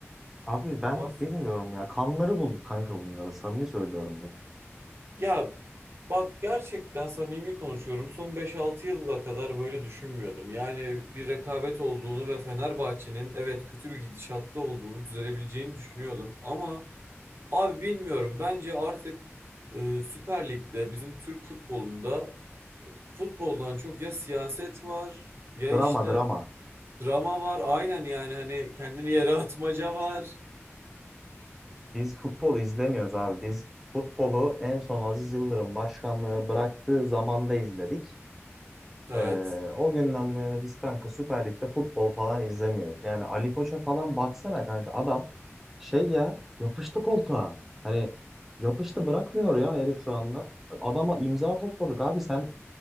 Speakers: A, in the centre; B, on the right.
A: Abi ben
B: Ama
A: bilmiyorum ya kanları bulduk kanka bunlara samimi söylüyorum bak.
B: Ya bak gerçekten samimi konuşuyorum. Son beş altı yıla kadar böyle düşünmüyordum. Yani bir rekabet olduğunu ve Fenerbahçe'nin evet kötü bir gidişatta olduğunu, düzelebileceğini düşünüyordum. Ama abi bilmiyorum. Bence artık e, Süper Lig'de bizim Türk futbolunda futboldan çok ya siyaset var ya
A: Drama
B: işte
A: drama.
B: drama var. Aynen yani hani kendini yere atmaca var.
A: Biz futbol izlemiyoruz abi. Biz futbolu en son Aziz Yıldırım başkanlığı bıraktığı zamanda izledik.
B: Evet.
A: Ee, o günden bu yana biz kanka Süper Lig'de futbol falan izlemiyoruz. Yani Ali Koç'a falan baksana kanka adam şey ya yapıştı koltuğa. Hani yapıştı bırakmıyor ya herif şu anda. Adama imza topladık abi sen